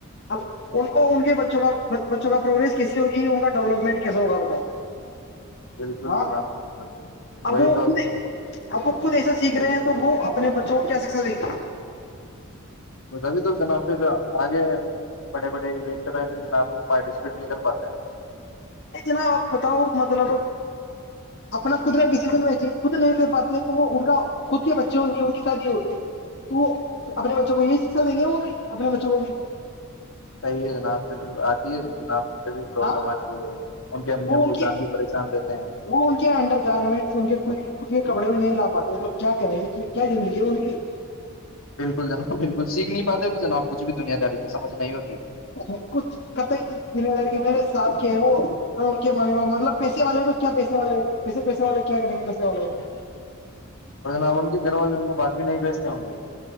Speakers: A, on the left; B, on the left.
A: اب ان کو ان کے بچوں کا بچوں کا پروگرس کیسی ہوگی ان کا ڈیولپمنٹ کیسا ہوگا بتاؤ
B: بالکل
A: ہاں
B: جناب بالکل
A: اب
B: وہی
A: وہ
B: تو
A: خود اب وہ خود ایسا سیکھ رہے ہیں تو وہ اپنے بچوں کو کیا سیکا دیں گے
B: بھی تو جناب پھر آگے بڑے بڑے ایونٹ میں جناب وہ پارٹیسپیٹ نہیں کر پاتا ہے
A: نہیں جناب آپ بتاؤ مطلب اپنا خود کا ڈسیزن میںی خود نہیں لے پاتے تو وہ ان کا خود کے بچے ہوں گے ان کی شادی ہوگی تو وہ اپنے بچوں کو یہی شکشا دیں گے وہ بھی اپنے بچوں کو بھی
B: صحیح ہے جنابھر آتی ہے جناب میں سے بھی پرابلم
A: ہاں
B: آتی ہے ان کے امی
A: وہ
B: ابو
A: ان کے
B: جان بھی پریشان رہتے ہیں
A: وہ ان کے انڈر گارمنٹس ان کے خ کپڑے میں نہیں لا پاتے تو کیا کریں گے کیا زندگی ہے ان کی
B: بالکل جناب بالکل سیکھ نہیں پاتے جناب کچھ بھی دنیا داری کی سمجھ نہیں ہوتی
A: اچا کچھ کت ذمہ داری ہے میرے سے صاب کے ہیں وہ اور ان کے م پاپ مطلب پیسے والے ہو تو کیا پیسے والےسے پیسے والے کیا کریں گے پیسے والے ہو ب
B: اور جناب ان کے گھر والے ان کو بات بھی نہیں بھیجتے ہوں گے